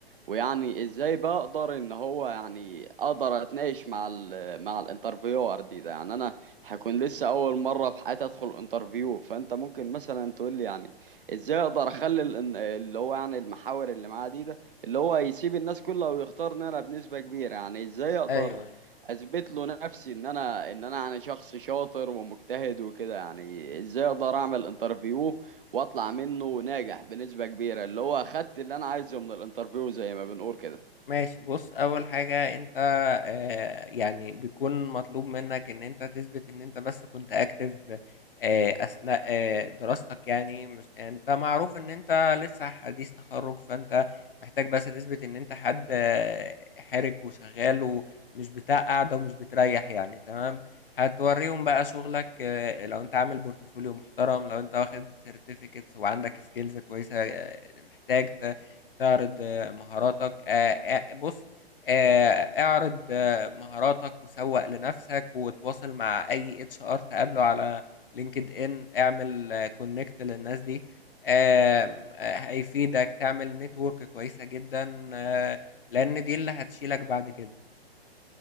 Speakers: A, on the right; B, on the left.
A: ويعني ازاي بقدر ان هو يعني اقدر اتناقش مع ال مع الانترفيور دي ده يعني انا هكون لسه اول مرة في حياتي ادخل انترفيو فانت ممكن مثلا تقول لي يعني ازاي اقدر اخلي ال- اللي هو يعني المحاور اللي معاه دي ده اللي هو يسيب الناس كلها ويختار ان انا بنسبة كبيرة يعني ازاي اقدر
B: ايوه أيوة.
A: اثبت له نفسي ان انا ان انا يعني شخص شاطر ومجتهد وكده يعني ازاي اقدر اعمل انترفيو واطلع منه ناجح بنسبة كبيرة اللي هو اخدت اللي انا عايزه من الانترفيو زي ما بنقول كده
B: ماشي بص اول حاجة انت آه يعني بيكون مطلوب منك ان انت تثبت ان انت بس كنت اكتف آه اثناء آه دراستك يعني مش انت معروف ان انت لسه حديث تخرج فانت محتاج بس تثبت ان انت حد آه حرك وشغال ومش بتاع قاعدة ومش بتريح يعني تمام هتوريهم بقى شغلك آه لو انت عامل بورتفوليو محترم لو انت واخد سيرتيفيكتس وعندك سكيلز كويسة آه محتاج ت- تعرض مهاراتك آه، آه، بص آه، اعرض آه، مهاراتك وسوق لنفسك وتواصل مع اي اتش ار تقابله على لينكد ان اعمل كونكت للناس دي آم، آه، هيفيدك تعمل نتورك كويسة جدا آه، لان دي اللي هتشيلك بعد كده